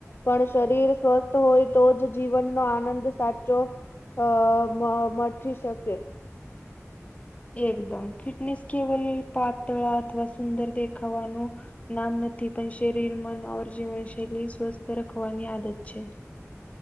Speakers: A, on the left; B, on the left.
A: પણ શરીર સ્વસ્થ હોય તોજ જીવનનો આનંદ સાચો તો મ મઠી શકે
B: એકદમ ફિટનેસ કેવલ પાતળા અથવા સુંદર દેખાવાનું. નામ નથી પણ શરીર મન ઓર જીવન શૈલી સ્વસ્થ રખવાની આદત છે.